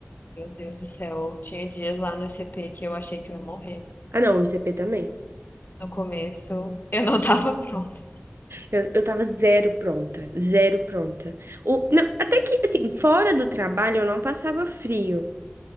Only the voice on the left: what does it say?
Meu Deus do céu, tinha dias lá no CP que eu achei que eu ia morrer.
No começo, <laughs> eu não tava <laughs> pronta.